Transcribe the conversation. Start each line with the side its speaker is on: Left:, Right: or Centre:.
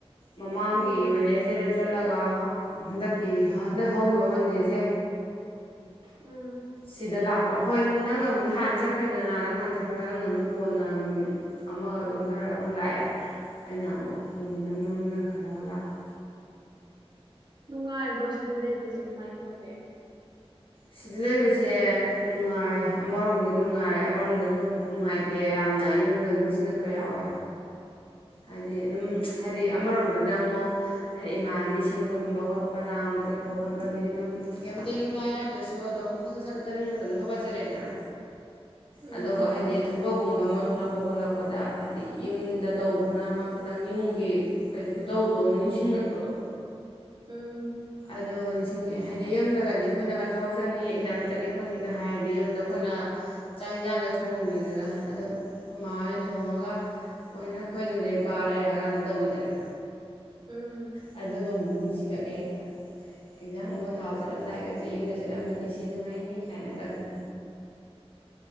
Left: ꯃꯃꯥꯡꯒꯤ
Right: ꯎꯝ
Left: ꯋꯦꯅꯦꯁꯗꯦꯗ ꯆꯠꯂꯒ ꯍꯟꯗꯛꯀꯤ ꯍꯟꯗꯛ ꯍꯧꯈꯤꯕ ꯃꯟꯗꯦꯁꯦ
Right: ꯎꯝ
Left: ꯁꯤꯗ ꯂꯥꯛꯄ ꯍꯣꯏ ꯅꯪꯅꯕꯨꯗꯤ ꯍꯥꯟꯅ ꯆꯠꯈ꯭ꯔꯦꯗꯅ ꯅꯪ ꯍꯥꯟ ꯆꯠꯈ꯭ꯔꯒ ꯅꯪꯅ ꯑꯃꯨꯛ ꯀꯣꯟꯅ ꯅꯨꯃꯤꯠ ꯑꯃꯒ ꯆꯣꯟꯊꯔꯒ ꯑꯃꯨꯛ ꯂꯥꯛꯑꯦ ꯑꯩꯅ ꯑꯃꯨꯛ ꯅꯨꯃꯤꯠ ꯑꯃ ꯅꯉꯣꯟꯗ ꯀꯟꯈꯠꯂꯒ ꯂꯥꯛꯄ
Right: ꯅꯨꯡꯉꯥꯏꯕ꯭ꯔꯣ ꯁꯤꯗ ꯂꯩꯕꯁꯦ ꯀꯃꯥꯏꯅ ꯇꯧꯒꯦ
Left: ꯁꯤꯗ ꯂꯩꯕꯁꯦ ꯅꯨꯡꯉꯥꯏ ꯑꯃꯔꯣꯝꯗ ꯅꯨꯡꯉꯥꯏ ꯑꯃꯔꯣꯝꯗꯁꯨ ꯑꯃꯨꯛ ꯅꯨꯡꯉꯥꯏꯇꯦ ꯌꯥꯝꯅ ꯌꯨꯝꯒ ꯅꯤꯡꯁꯤꯡꯉꯛꯄ ꯌꯥꯎꯋꯦ ꯍꯥꯏꯗꯤ ꯑꯗꯨꯝ ꯍꯥꯏꯗꯤ ꯑꯃꯔꯣꯝꯗꯗ ꯑꯃꯨꯛ ꯍꯥꯏꯗꯤ ꯏꯃꯥꯟꯅꯕꯤꯁꯤꯡ ꯄꯨꯟꯕ ꯈꯣꯠꯄ ꯂꯥꯡꯕ ꯆꯠꯄ ꯈꯣꯠꯄꯒꯤꯗꯤ ꯑꯗꯨꯝ ꯀꯦꯝꯇ ꯌꯨꯝꯗ ꯍꯥꯏꯅꯥꯗ꯭ꯔꯁꯨ ꯑꯗꯨꯝ ꯐꯖꯠ ꯆꯠ ꯆꯅꯤꯡ ꯃꯇꯝꯗ ꯐꯠꯆꯔꯦꯗꯅ
Right: <inaudible> ꯎꯝ
Left: ꯑꯗꯣ ꯍꯥꯏꯗꯤ ꯊꯕꯛꯒꯨꯝꯕ ꯑꯃ ꯊꯣꯛꯂꯛꯄ ꯈꯣꯠꯂꯛꯄꯗ ꯍꯥꯏꯗꯤ ꯌꯨꯝꯗ ꯇꯧꯕꯅ ꯑꯃ ꯈꯤꯇꯪ ꯌꯨꯝꯒꯤ ꯀꯔꯤ ꯈꯨꯇꯧꯗꯣ ꯑꯃ ꯅꯤꯡꯁꯤꯡꯉꯛꯄꯗꯣ
Right: ꯎꯝ
Left: ꯑꯗꯣ ꯅꯤꯡꯁꯤꯡꯉꯛꯑꯦ ꯍꯥꯏꯗꯤ ꯌꯨꯝꯗꯒꯗꯤ ꯑꯩꯈꯣꯏꯅꯒ ꯊꯕꯛ ꯆꯠꯅꯤ ꯑꯦꯛꯖꯥꯝ ꯆꯠꯅꯤ ꯈꯣꯠꯅꯤꯒ ꯍꯥꯏꯔꯗꯤ ꯌꯨꯝꯗ ꯑꯩꯈꯣꯏꯅ ꯆꯥꯛ ꯌꯦꯟꯁꯥꯡꯗ ꯊꯣꯡꯗꯦꯗꯅ ꯑꯗꯨꯝ ꯑꯩꯈꯣꯏꯃꯥ ꯍꯣꯏꯅ ꯊꯣꯡꯉꯒ ꯃꯣꯏꯅ ꯑꯩꯈꯣꯏꯅ ꯂꯔꯤꯛ ꯄ ꯂꯩꯔꯛꯀꯥꯟꯗ ꯇꯧꯋꯤꯗꯅ
Right: ꯎꯝ
Left: ꯑꯩꯗꯨꯒꯨꯝꯕ ꯅꯤꯁꯤꯡꯈꯛꯑ ꯍꯦꯛꯇ ꯑꯦꯛꯖꯥꯝꯒꯨꯝꯕ ꯊꯥꯕ ꯆꯠꯂꯝꯗꯥꯏꯒꯁꯦ ꯌꯨꯝꯗ ꯆꯠꯂꯝꯃꯗꯤ ꯁꯤ ꯅꯨꯡꯉꯥꯏꯅꯤ ꯀꯥꯏꯅꯒ ꯑꯗꯨꯝ
Right: <inaudible>